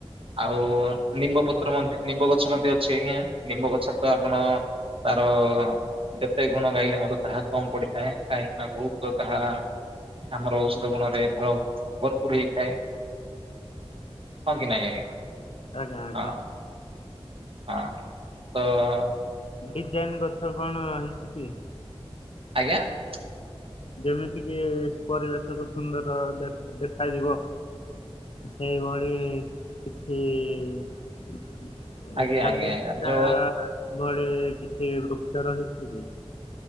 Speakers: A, on the right; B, on the left.
A: ଆଉ ନିମ୍ବ ପତ୍ର ମଧ୍ୟ ନିମ୍ବ ଗଛ ମଧ୍ୟ ଅଛି ଆଜ୍ଞା ନିମ୍ବ ଗଛରେ ତ ଆପଣ ତାର ଅ ଯେତେ ଗୁଣ ଗାଇଲେ ମଧ୍ୟ ତାହା କମ ପଡିଥାଏ, କାହିଁକିନା ବହୁତ ତାହା ଆମର ଔଷଧ ଗୁଣ ରେ ଭୟ ଭରପୁର ହେଇଥାଏ। ହଁ କି ନାଇଁ ଆଜ୍ଞା।
B: ଆଜ୍ଞା ଆଜ୍ଞା।
A: ହଁ ହଁ ତ ଅ
B: ଡିଜାଇନ୍ ଗଛ କଣ ରହିଛି କି?
A: ଆଜ୍ଞା ଆ
B: ଯେମିତି କିି ପରିବେଶକୁୁ ସୁନ୍ଦର ଦେଖାଯିବ। ସେଇଭଳି କିଛି ଇ <unintelligible>
A: ଆଜ୍ଞା ଆଜ୍ଞା ଆଜ୍ଞା ଯୋଉ
B: ଭଳି କିଛି ବୃକ୍ଷ ରହିଛି ଯେ